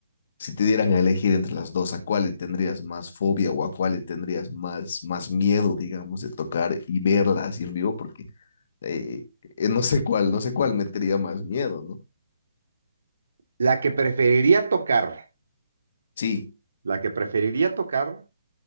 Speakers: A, on the left; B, on the right.
A: Si te dieran a elegir entre las dos, ¿a cuál le tendrías más fobia o a cuál le tendrías más, más miedo, digamos, de tocar y verla así en vivo? Porque eh, eh, no sé cuál, no sé cuál metería más miedo, ¿no?
B: La que preferiría tocar,
A: Sí.
B: la que preferiría tocar